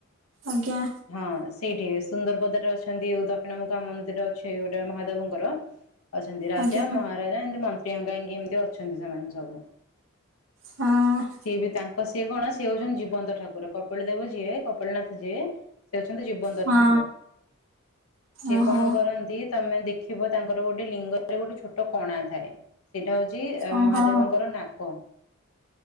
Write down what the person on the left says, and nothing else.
ହଁ ସେଇଠି ସୁନ୍ଦରବଦା ରେ ଅଛନ୍ତି ଓ ଦକ୍ଷିଣ ମୁଖା ମନ୍ଦିର ଅଛି ଗୋଟେ ମହାଦେବଙ୍କର। ଅଛନ୍ତି ରାଜା
ମହାରାଜା ଏମତି ମନ୍ତ୍ରୀ ହେଙ୍କାକି ଏମିତି ଅଛନ୍ତି ସେମାନେ ସବୁ।
ସିଏ ବି ତାଙ୍କ ସିଏ କଣ ଅଛି ସିଏ ହଉଛନ୍ତି ଜୀବନ୍ତ ଠାକୁର, କପିଳ ଦେବ ଯିଏ କପିଳନାଥ ଯିଏ ସେ ଅଉଛନ୍ତି ଜୀବନ୍ତ
ଠାକୁର, ସିଏ
କଣ କରନ୍ତି ତୋମେ ଦେଖିବ ତାଙ୍କର ଗୋଟ ସେ ଲିଙ୍ଗରେ ଗୋଟେ ଛୋଟ କଣା ଥାଏ। ସେଇଟା ହଉଛି ଏ
ମହାଦେବଙ୍କର ନାକ।